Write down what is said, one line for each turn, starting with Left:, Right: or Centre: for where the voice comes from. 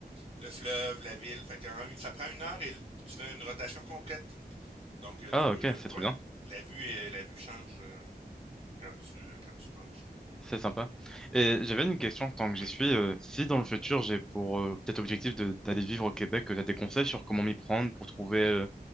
Right: le fleuve, la ville. Fait qu'en une- ça prend une heure et tu fais une rotation complète. Donc euh,
Centre: Ah
Right: tu peux,
Centre: ok, c'est
Right: euh, ouais,
Centre: trop bien,
Right: la vue, euh, la vue change euh, quand tu, euh, quand tu manges.
Centre: c'est sympa. Et j'avais une question tant que
Right: Oui.
Centre: j'y suis, euh, si dans le futur j'ai pour euh, peut-être objectif de- d'aller vivre au Québec, tu as des conseils sur comment m'y prendre pour trouver euh,